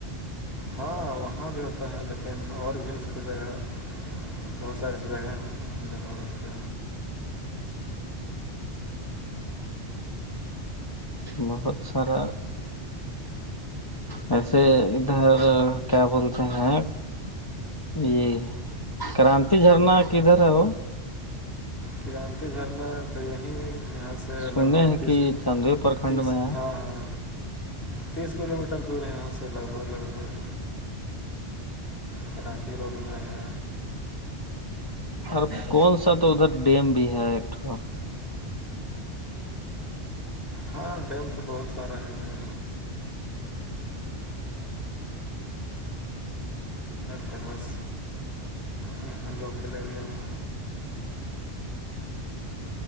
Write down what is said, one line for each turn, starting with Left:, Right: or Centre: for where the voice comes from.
Centre: ہاں وہاں بھی ہوتا ہے لیکن اور بھی اس کی جگہ بہت ساری ایسی جگہیں ہیں جہاں ہوتا
Left: بہت سارا ویسے ادھر کیا بولتے ہیں یہ کرانتی جھرنا کدھر ہے وہ
Centre: کررانتی جھرنا تو یہی یہاں سے
Left: سنے
Centre: لگ بھگ
Left: ہیں
Centre: تیس
Left: کہ چاندوئی پرکھنڈ
Centre: تیس
Left: میں
Centre: تھا ہے تیس کلو میٹر دور ہے یہاں سے لگ بھگ لگ بھگ کرانچی روڈ میں ہے
Left: اور کون سا تو ادھر ڈیم بھی ہے ایکوا
Centre: ہاں ڈیم تو بہت سارا ہے اھر فیمس یہاں لوکل ایریا میں